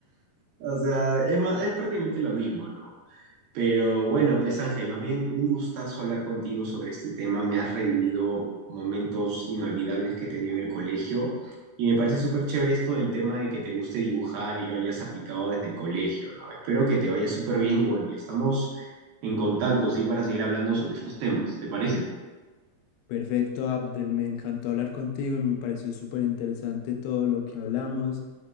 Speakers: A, on the right; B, on the left.
A: O sea, es más, es prácticamente lo mismo, ¿no? Pero bueno, pues Ángel, más bien un gustazo hablar contigo sobre este tema. Me has revivido momentos inolvidables que he tenido en el colegio y me parece súper chévere esto del tema de que te guste dibujar y lo hayas aplicado desde el colegio, ¿no? Espero que te vaya súper bien y bueno, ya estamos en contacto, sí, para seguir hablando sobre estos temas, ¿te parece?
B: Perfecto, Abdel, me encantó hablar contigo y me pareció súper interesante todo lo que hablamos